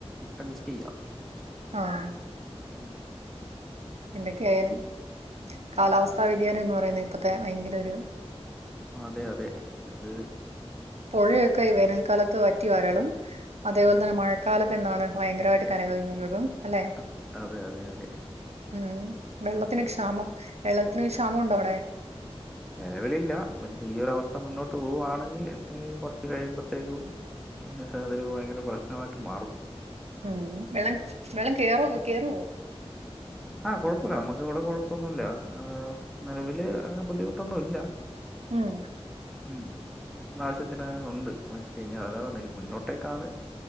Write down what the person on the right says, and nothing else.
ആഹ്
എന്തൊക്കെ ആയാലും കാലാവസ്ഥാ വ്യതിയാനം എന്ന് പറയുന്നത് ഇപ്പത്തെ ഭയങ്കര ഒരു
പൊഴയൊക്കെ ഈ വേനൽക്കാലത്ത് വറ്റി വരളും. അതേപോലെ തന്നെ മഴക്കാലത്ത് ന്താണ് ഭയങ്കരായിട്ട് കര കവിഞ്ഞൊഴുകും അല്ലെ?
ഉം വെള്ളത്തിന് ക്ഷാമം വെള്ളത്തിന് ക്ഷാമൊണ്ടോ അവിടെ?
ഉം വെള്ളം വെള്ളം കേറൊ കേറോ?
ഉം